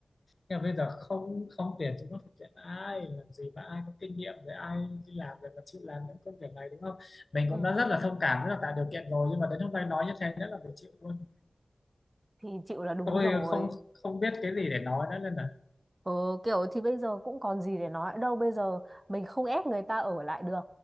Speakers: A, on the left; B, on the right.
A: nhưng mà bây giờ không không tiền chúng nó thực hiện ai làm gì mà ai có kinh nghiệm rồi ai đi làm rồi mà chịu làm những công việc này đúng không mình
B: Ừ,
A: cũng đã rất là thông cảm rất là tạo điều kiện rồi nhưng mà đến hôm nay nói như thế rất là phải chịu luôn
B: thì chịu là đúng
A: tôi
B: rồi.
A: không không biết cái gì để nói nữa nên là
B: Ờ, kiểu thì bây giờ cũng còn gì để nói đâu bây giờ mình không ép người ta ở lại được